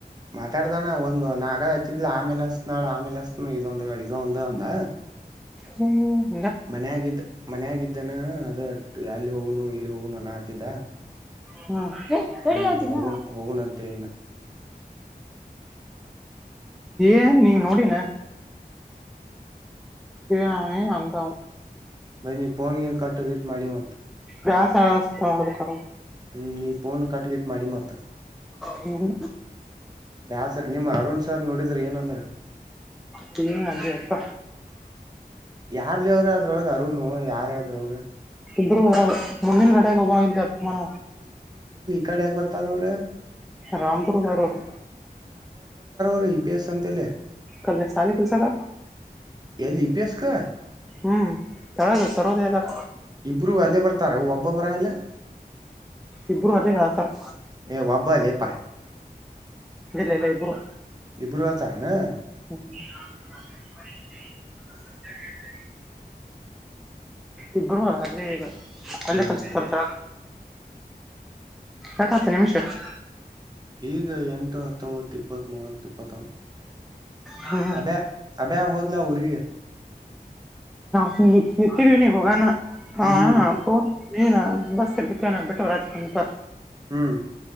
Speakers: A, on the right (about 25°); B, in the centre.
A: ಮಾತಾಡ್ದಾನ ಒಂದ್ ನಾಗ ಹಚ್ಚಿದ್ಲ ಆಮೇಲೆ ಹಸನಾಳ ಆಮೇಲೆ ಹಸತ್ನಾ ಇದೊಂದ ಇದೊಂದ ಒಂದ
B: ಹ್ಮ
A: ಮನ್ಯಾಗಿದ್ದ ಮನಯಾಗಿದ್ದಾನ ಅದ ಎಲ್ಲಿ ಹೋಗನು ಇಲ್ಲಿ ಹೋಗುನು ಅನ್ನ ಆತಿದ್ದ
B: ಹ್ಮ ರೆಡಿಿನ
A: ಹ್ಮ್ ಹೋಗುನ್ ಹೋಗುನಂತೆ ಇನ್ನ
B: ಏನ್ ನೀ ನೋಡಿನ ಹ ಹಂಗ
A: ಬೈ ನಿ ಪಫೋನ್ಗನ್ ಕಟ್ಟ ಗಿಟ್ ಮಾಡಿ ಮತ್ತ
B: ವಾಸರ <unintelligible>
A: ಹ್ಮ್ ನೀಫೋನ್ ಕಟ ಗಿಟ್ ಮಾಡಿ ಮತ್ತ
B: ಹ್ಮ್
A: ಬ್ಯಾಾಸರ್ ನಿಮ್ಮ್ ಅರುಣ್ ಸರ್ ನೋಡಿದ್ರಿ ಏನಂದ್ರ
B: ತೀ ನಲ್ಲಿ ಎಪ್ಪ
A: ಯಾರ್ಲಿ ಅವರು ಅದ್ರೊಳಗೆ ಅರುನು ಯಾರ ಅ್ರಳ
B: ಇದರುರ ಮುಂದಿನ ಕಡೆಗೆ ಹೋಗ್ದ ಮನ
A: ಕಡಕ್ ಬರ್ತಾರ ಅವ್ರೆ
B: ರಾಮದುರ್ಗಾ ಅವಾರದು
A: ರು ಇ ಪಿ ಎಸ್ ಅಂತಲೆ
B: ಕಲ್ ಚಲ್ಲ ಕಲ್ಸಗ
A: ಎಲ್ಲಿ ಇ ಪಿ ಎಸ್ ಕ
B: ಹ್ಮ್ ತಳದು ಸರ್ವೋದಯದಾಗ
A: ಇಬ್ರು ಅಲ್ಲೇ ಬರ್ತಾರ ಒಬ್ಬೊಬ್ಬರ ಎಲ್ಲ
B: ಇಬ್ಬರು ಅಲ್ಲಿ ಹತಾರೆ
A: ಏ ಒಬ್ಬ ಲೇಪಾ
B: ಇಲ್ಲ ಇಲ್ಲ ಇಬ್ಬರು
A: ಇಬರು ತಾರ ನ
B: ಸಳ್ತ ಇಬ್ಬರು ಅಲ್ಲೇ ಈಗ ಅಲ್ಲೇ
A: ಹ್ಮ್
B: ಕ ತರ್ತ ಎ ಹತ್ತು ನಿಮಿಷಕ್ಕೆ
A: ಈಗ ಎಂಟು ಹತ್ತೊಂಬತ್ತು ಇಪ್ಪತ್ ಮೂವತ್ ಇಪ್ಪತ್ತೊಂದು
B: ಹಾ
A: ಅಬ್ಯಾ ಅಬ್ಯಾ ಹೋದ್ಲ ಊರಿಗೆ
B: ವಿ ನೀ ಹೋಗಾನ ಹಾ
A: ಹ್ಮ್
B: ನೀಏನ ಬಸ್ ಬಿ್ರ ನ ಬಿಟ್ಟವ ರಾಜಕಪ
A: ಹ್ಮ್